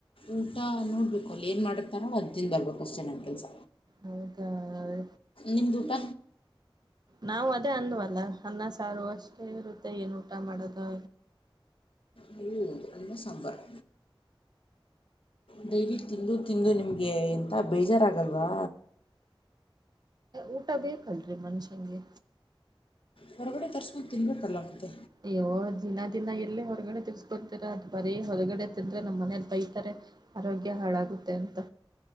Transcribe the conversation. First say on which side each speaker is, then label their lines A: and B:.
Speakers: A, on the left; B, on the right.
A: ಊಟ ನೋಡ್ಬೇಕು ಅಲ್ಲಿ ಏನು ಮಾಡಿರ್ತಾರೋ ಅದ್ದಿಂದ ಬರ್ಬೇಕು ಅಷ್ಟೇ ನನ್ನ ಕೆಲಸ.
B: ಹೌದ ಅೇ
A: ನಿಮ್ದಊಟ
B: ನಾವು ಅದೇ ಅಂದ್ವಲ್ಲ ಹನ್ನ ಸಾವು ಅಷ್ಟೇ ಇರುತ್ತೆ ಏನು ಊಟ ಮಾಡೋದು.
A: ಹ್ಮ ಅನ್ನ ಸಾಂಬಾರ್. ಡೈಲಿ ತಿಂದು ತಿಂದು ನಿಮಗೆ ಎಂಥ ಬೇಜಾರಾಗಲ್ವಾ.
B: ಊಟ ಬೇಕಲ್ರರಿ ಮನುಷ್ಯಂಗೆ.
A: ಹೊರಗಡೆ ತರ್ಸ್ಕೊಂಡು ತಿನ್ಬೇಕಲ್ಲ ಮತ್ತೆ.
B: ಅಯ್ಯೋ ದಿನ ದಿನ ಎಲ್ಲೇ ಹೊರಗಡೆ ತಿರ್ಸ್ಕೊತೀರ ಅದು ಬರೀ ಹೊರಗಡೆ ತಿಂದ್ರೆ ನಮ್ಮ್ ಮನೇಲಿ ಬೈತಾರೆ. ಆರೋಗ್ಯ ಹಾಳಾಗುತ್ತೆ ಅಂತ.